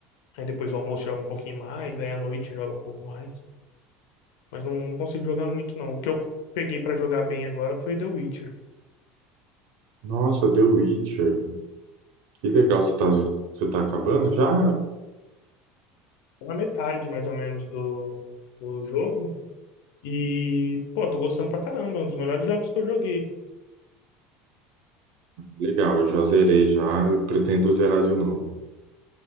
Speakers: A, on the left (about 80°); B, on the right (about 75°).
A: Aí depois do almoço joga um pouquinho mais, aí à noite joga um pouco mais. Mas não, não consigo jogar muito, não. O que eu peguei pra jogar bem agora foi The Witcher.
B: Nossa, The Witcher. Que legal, você tá, você tá acabando já?
A: Tá Na metade, mais ou menos, do, do jogo. E, pô, tô gostando pra caramba, é um dos melhores jogos que eu joguei.
B: Legal, eu já zerei já, eu pretendo zerar de novo.